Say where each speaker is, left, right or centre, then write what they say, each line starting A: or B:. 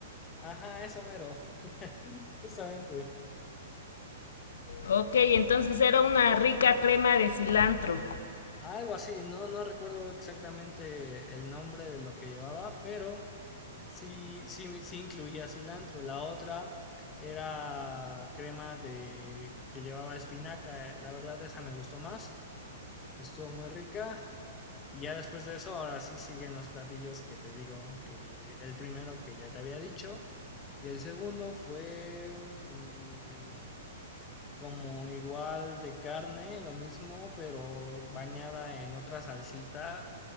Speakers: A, on the left; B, on the left.
A: Ajá, eso mero, <laughs> justamente.
B: Ok, entonces era una rica crema de cilantro.
A: Algo así, no, no recuerdo exactamente el nombre de lo que llevaba, pero sí, sí, me- sí incluía cilantro. La otra era crema de que llevaba espinaca. eh, La verdad, esa me gustó más. Estuvo muy rica. Y ya después de eso, ahora sí siguen los platillos que te digo, que el primero que ya te había dicho. Y el segundo fue, mm, como igual de carne, lo mismo, pero bañada en otra salsita,